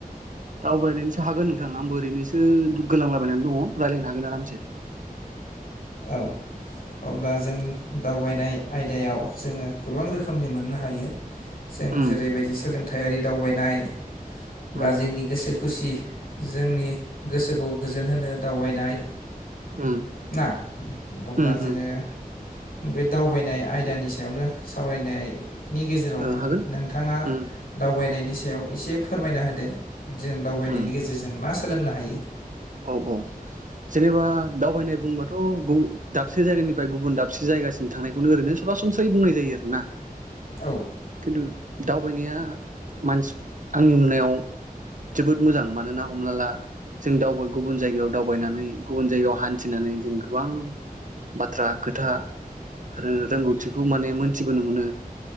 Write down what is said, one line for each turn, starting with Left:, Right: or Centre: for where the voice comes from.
Right: दावबायनायनि सा हागोन नोंथां आंबो ओरैनोसो गोलांलाबायनानै दङ रायलायनो हागोन आरामसे
Left: औ अब्ला जों दावबायनाय आयदायाव जोङो गोबां रोखोमनि मोननो हायो। जों
Right: उम
Left: जेरैबायदि सोलों थायारि दावबायनाय बा
Right: उम
Left: जोंनि गोसो खुसि जोंनि गोसोखौ गोजोन होनो दावबायनाय
Right: उम
Left: ना अब्ला
Right: उम
Left: जोङो
Right: उम
Left: बे दावबायनाय आयदानि सायावनो सावरायनाय नि गेजेरावनो
Right: ओ हागोन
Left: नोंथाङा
Right: उम
Left: दावबायनायनि सायाव एसे फोरमायना होदो। जों दावबायनायनि
Right: उम
Left: गेजेरजों मा सोलोंनो हायो
Right: औ औ जेनेबा दावबायनाय बुंबाथ' गुब दाबसे जायगानिफ्राय गुबुन दाबसे जायगासिम थांनायखौनो ओरैनो सरासनस्रायै बुंनाय जायो आरोना
Left: औ
Right: खिनतु दावबायनाया मानसि आंनि नुनायाव जोबोद मोजां मानोना हमना ला जों दावबाय गुबुन जायगायाव दावबायनानै गुबुन जायगायाव हान्थिनानै जों गोबां बाथ्रा खोथा आरो रोंगौथिखौ माने मोनथिबोनो मोनो।